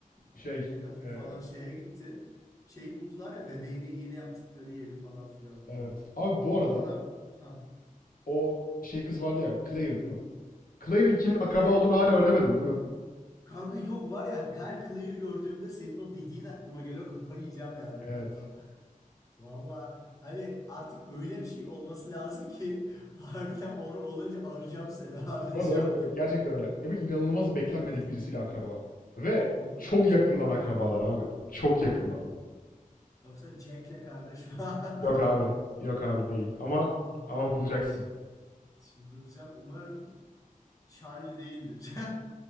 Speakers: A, on the left (about 25°); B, on the left (about 75°).
A: O
B: Şey.
A: anne kadın
B: e,
A: falan şeye gitti. Şeyi buldular ya bebeğine iğne yaptıkları yeri falan filan.
B: evet. Abi bu arada
A: Orada ha
B: o şey kız vardı ya. Claire değil mi? Claire'in kimin
A: ha
B: akraba
A: Claire
B: olduğunu
A: Claire
B: hala öğrenemedin
A: evet.
B: değil mi?
A: Kanka yok var ya her Claire'ı gördüğümde senin o dediğin aklıma geliyor. Kafayı yiyeceğim yani yakında.
B: Evet.
A: Valla hani artık öyle bir şey olması lazım ki <laughs> harbiden onu olunca arayacağım seni <laughs> abi
B: Orada
A: diyeceğim.
B: öyle öyle. Gerçekten öyle. Ya bu inanılmaz
A: Yok
B: beklenmedik
A: artık.
B: birisiyle akraba. Ve
A: Yok
B: çok
A: artık.
B: yakınlan akrabalar abi. Çok yakınlan.
A: Yoksa Jack'le kardeş. <laughs>
B: Yok abi. Yok abi değil. Ama
A: Abi
B: ama
A: ya
B: bulacaksın.
A: ç- çıldıracağım. Umarım Charlie değildir. <laughs>